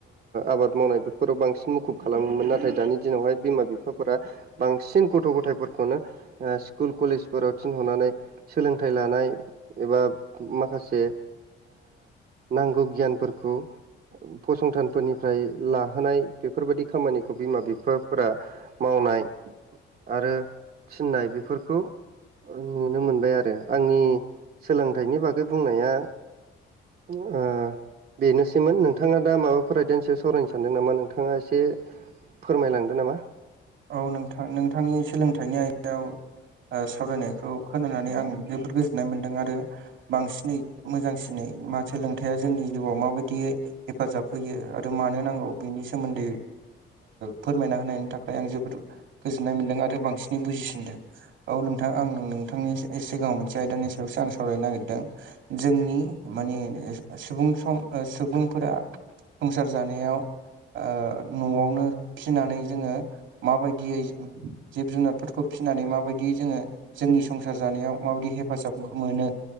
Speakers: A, on the right; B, on the right.
A: आबाद मावनाय बेफोराव बांसिन मुखुब खालामोमोन नाथाय दानि दिनावहाय बिमा बिफाफोरा बांसिन गथ' गथायफोरखौनो स्कुल कलेजफोराव थिनहरनानै सोलोंथाइ लानाय एबा माखासे नांगौ गियानफोरखौ फसंथानफोरनिफ्राय लाहोनाय बेफोरबायदि खामानिखौ बिमा बिफाफोरा मावनाय आरो थिननाय बेफोरखौ नुनो मोनबाय आरो आंनि सोलोंथाइनि बागै बुंनाया आ बेनोसैमोन नोंथाङा दा माबाफोर आयदानि सायाव सावरायनो सानदों नामा नोंथाङा एसे फोरमायलांदो नामा
B: औ नोंथां नोंथांनि सोलोंथाइनि आयदायाव सावरायनायखौ खोनानानै आं जोबोद गोजोननाय मोन्दों आरो बांसिनै मोजांसिनै मा सोलोंथाइया जोंनि जिउआव माबायदियै हेफाजाब होयो आरो मानो नांगौ बेनि सोमोन्दै फोरमायना होनायनि था खाय आं जोबोद गोजोननाय मोनदों आरो बांसिनै बुजिसिनदों औ नोंथां आं नोंथांनि सिगाङाव मोनसे आयदानि सायावसो आं सावरायनो नागिरदों जोंनि माने सुबुं सम सुबुंफोरा संसार जानायाव ओ न'आवनो फिनानै जोङो माबायदियै जिब जुनारफोरखौ फिसिनानै माबायदियै जोङो जोंनि संसार जानायाव माबायदि हे फाजाब मोनो